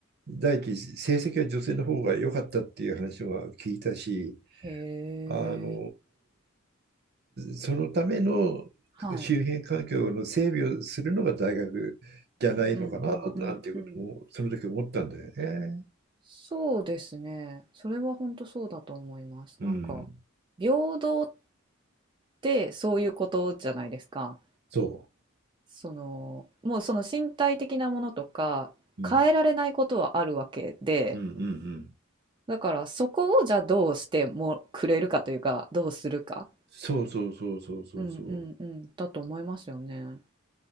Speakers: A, on the right; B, on the right.
A: 第一、成績は女性の方が良かったっていう話は聞いたし、
B: へえ。
A: あの、そのための
B: はい。
A: 周辺環境の整備をするのが大学じゃないのかな、
B: うんうんうんうん。
A: なんていうことも、その時思ったんだよね。
B: そうですね。それは本当そうだと思います。
A: うん。
B: なんか、平等ってそういうことじゃないですか。
A: そ
B: その、もうその身体的なものとか、
A: う。うん。
B: 変えられないことはあるわけで、
A: うんうんうん。
B: だからそこをじゃあどうしてもくれるかというか、どうするか。
A: そうそうそうそうそうそう。
B: うんうんうん。だと思いますよね。